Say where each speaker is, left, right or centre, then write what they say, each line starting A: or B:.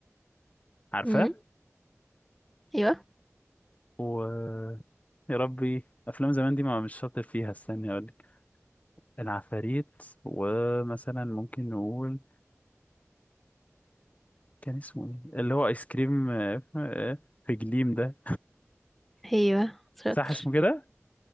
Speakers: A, on the left; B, in the centre.
A: عارفاه
B: امم ايوه
A: و يا ربي افلام زمان دي ما مش شاطر فيها استني اقول العفاريت ومثلا ممكن نقول كان اسمه ايه اللي هو ايس كريم آه، آه، في جليم ده
B: ايوه شاطر
A: صح اسمه كده